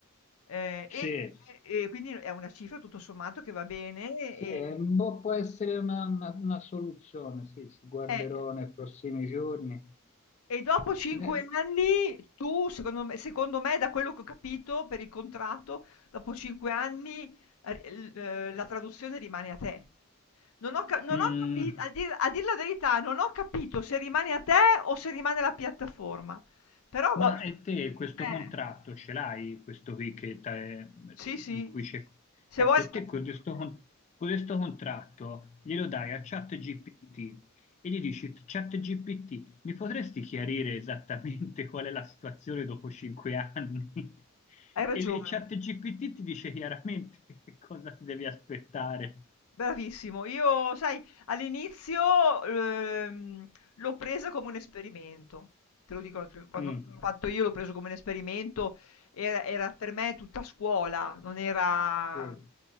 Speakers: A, on the left; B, on the left.
A: Eh, e,
B: Sì,
A: e quindi è una cifra tutto sommato che va bene.
B: sì,
A: E,
B: è un po' può essere una, una- una soluzione, sì, ci guarderò
A: eh,
B: nei prossimi giorni.
A: E dopo 5
B: Ne-
A: anni tu, secondo me, secondo me, da quello che ho capito per il contratto, dopo 5 anni eh, l- eh, la traduzione rimane a te. Non ho,
B: Mm,
A: capito, a dir, a dir la verità, non ho capito se rimane a te o se rimane alla piattaforma. Però,
B: Ma
A: lo-
B: e te questo
A: eh,
B: contratto ce l'hai? Questo qui che t'è-
A: sì, sì,
B: in cui c'è...
A: se
B: Ecco,
A: vuoi,
B: te con questo, con con questo contratto glielo dai a ChatGPT e gli dici, ChatGPT, mi potresti chiarire esattamente <laughs> qual è la situazione dopo cinque anni? <laughs>
A: hai ragione.
B: E le- ChatGPT ti dice chiaramente <laughs> che cosa ti devi aspettare.
A: Bravissimo. Io sai, all'inizio, ehm, l'ho presa come un esperimento. Te lo dico, te- quando
B: Mm,
A: l'ho fatto io l'ho preso come un esperimento, era, era per me tutta scuola, non era
B: Sì.